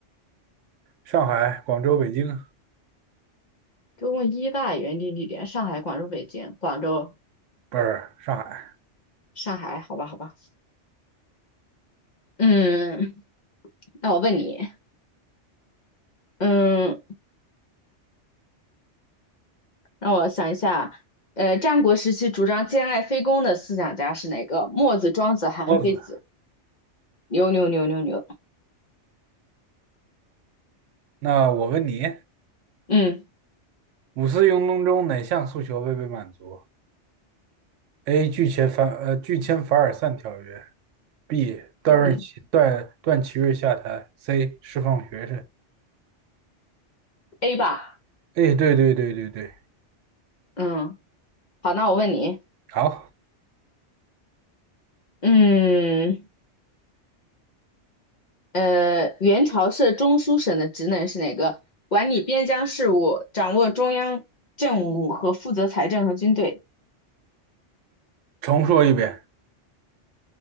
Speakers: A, on the right; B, on the left.
A: 上海、广州、北京，
B: 中共一大原定地点：上海、广州、北京、广州、
A: 不是上海，
B: 上海。好吧，好吧。嗯，那我问你，嗯，让我想一下，呃，战国时期主张兼爱非攻的思想家是哪个？墨子、庄子、韩非子。
A: 墨子。
B: 牛牛牛牛牛。
A: 那我问你，
B: 嗯
A: 五四运动中哪项诉求未被满足？A. 拒签凡呃拒签凡尔赛条约，B. 段瑞奇段段祺瑞下台，C.
B: 嗯嗯
A: 释放学生。
B: ，A 吧。
A: 哎，对对对对对，
B: 嗯，好，那我问你，
A: 好，
B: 嗯。呃，元朝设中书省的职能是哪个？管理边疆事务，掌握中央政务和负责财政和军队。
A: 重说一遍。